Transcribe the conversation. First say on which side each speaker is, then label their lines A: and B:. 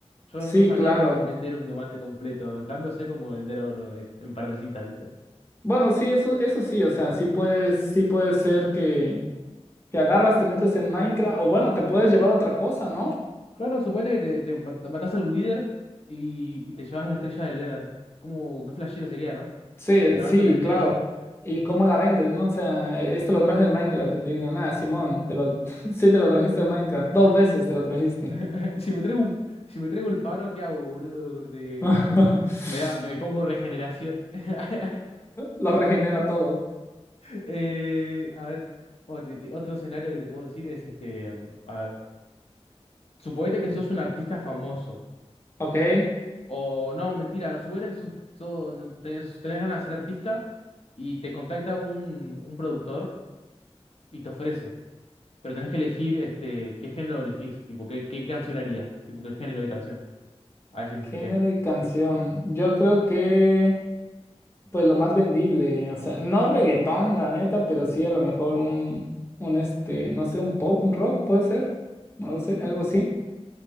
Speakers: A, on the left; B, on the left.
A: Yo
B: Sí,
A: no sabría
B: claro.
A: cómo vender un diamante completo. En cambio, sé cómo vender oro en, en partecitas, ¿viste?
B: Bueno, sí, eso, eso sí, o sea, sí puedes, sí puede ser que, que agarras, te metes en Minecraft, o bueno, te puedes llevar otra cosa, ¿no?
A: Claro, suponete que te, te mat- matás al Wither y, y te llevas la estrella del Nether. ¿Cómo, qué flashero sería, no?
B: Sí,
A: Llevarte
B: sí,
A: una estrella.
B: claro. ¿Y cómo la vendes, no? O sea, esto lo traje de Minecraft y te digo, nada, Simón, te lo, <laughs> sí te lo trajiste de Minecraft, dos veces te lo trajiste.
A: <laughs> Y si me traigo, un- si me traigo el faro, ¿qué hago, boludo? Corte.
B: <laughs>
A: <laughs> Me da, me pongo regeneración. <laughs>
B: Lo regenera a todos.
A: Eh, a ver, bueno, te- te- otro escenario que te puedo decir es este, mm, a ver, suponete que sos un artista famoso.
B: Ok,
A: O no, mentira, suponete que sos- sos- no, tenés, tenés ganas de ser artista y te contacta un, un productor y te ofrece. Pero tenés que elegir este, qué género elegís, tipo, qué, qué canción harías, tipo, qué género de canción. A ver si me
B: género
A: expliqué.
B: y canción. Yo creo que, pues lo más vendible, o sea, no reggaetón, la neta, pero sí a lo mejor un, un este, no sé, un pop, un rock, puede ser, no lo sé, algo así.